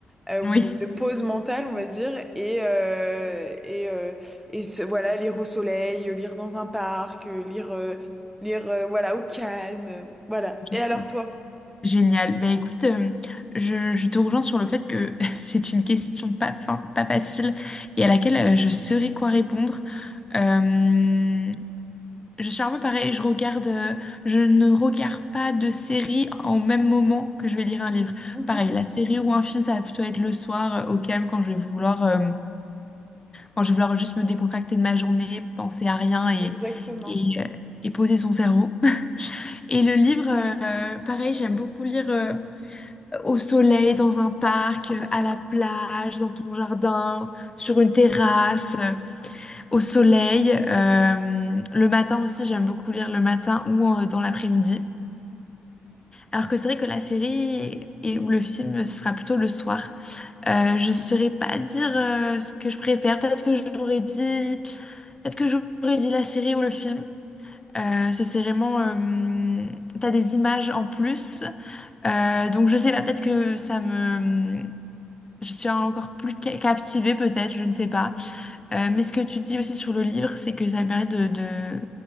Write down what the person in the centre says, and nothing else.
euh,
ou de, de pause mentale, on va dire, et euh, et, euh, et se- voilà, lire au soleil, euh, lire dans un parc, euh, lire euh, lire euh, voilà au calme, euh, voilà. Et
alors
toi?
Mhm.
Exactement.